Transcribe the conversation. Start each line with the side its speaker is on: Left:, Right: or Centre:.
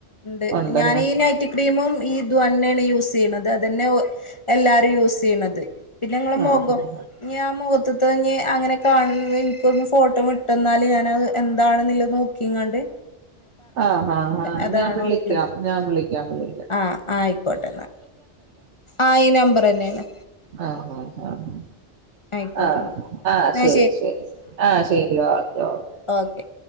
Left: ണ്ട്
Right: ഉണ്ടല്ലേ
Left: ഞാനീ നൈറ്റ് ക്രീമും ഈത്വന്നേണ് യൂസീയ്യ്ണത് അതന്നെ ഒഹ് എല്ലാരും യൂസീയ്ണത് പിന്നെങ്ങളമൊഖോ
Right: ആഹ്
Left: ഞ്യാ മൊത്ത്ത്തത്ഞ്ഞി അങ്ങനെ കാണുന്നത് ഇൻക്കൊന്ന് ഫോട്ടം വിട്ടന്നാല് ഞാനത് എന്താണ്ന്ന്ല്ല ഹൂ ക്കിങ്ങാണ്ട്
Right: ആഹ് ഹാ ഹാ
Left: അതാണോന്നുള്ളത്
Right: ഞാം വിളിയ്ക്ക്യാം ഞാം വിളിയ്ക്കാം വിളി
Left: ആഹ് ആയിക്കോട്ടെന്നാ ആഹ് ഈ നമ്പറെന്നേണ്
Right: ആഹ് ഹാ ആഹ്
Left: ആയിക്കോട്ടെന്നാ
Right: ആഹ്
Left: എന്നാ
Right: ആഹ് ശരി
Left: എന്നാ
Right: ശരി ആഹ് ശരി ഓക്കെ ഓഹ്
Left: ഓക്കെ